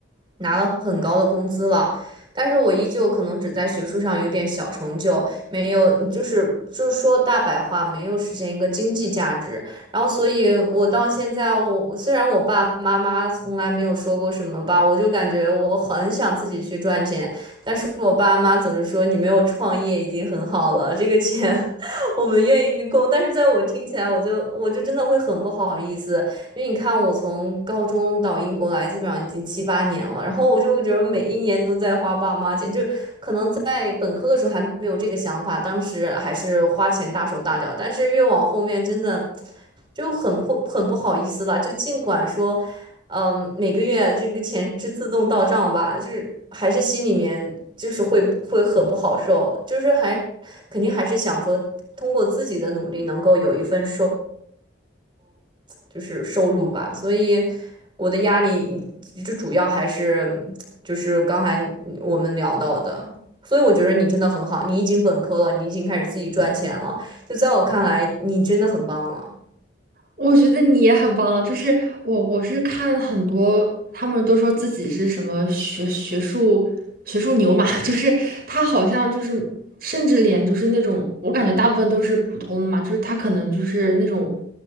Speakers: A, on the right (about 25°); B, on the right (about 50°).
A: 拿了很高的工资了，但是我依旧可能只在学术上有点小成就，没有就是就是说大白话，没有实现一个经济价值。然后所以我到现在我，虽然我爸爸妈妈从来没有说过什么吧，我就感觉我很想自己去赚钱，但是我爸妈总是说你没有创业已经很好了，这个钱 <laughs> 我们愿意供，但是在我听起来，我就我就真的会很不好意思，因为你看我从高中到英国来，基本上已经七八年了，然后我就觉得每一年都在花爸妈钱，就在本科的时候还没有这个想法，当时还是花钱大手大脚，但是越往后面真的就很不很不好意思了。就尽管说，嗯，每个月这个钱是自动到账吧，就是还是心里面就是会会很不好受，就是还肯定还是想说通过自己的努力能够有一份收。就是收入吧，所以我的压力就主要还是就是刚才我们聊到的，所以我觉得你真的很好，你已经本科了，你已经开始自己赚钱了，就在我看来，你真的很棒了。
B: 我觉得你也很棒了，就是我我是看很多，他们都说自己是什么学学术学术牛马，<laughs> 就是他好像就是甚至连就是那种我感觉大部分都是普通的嘛，就是他可能就是那种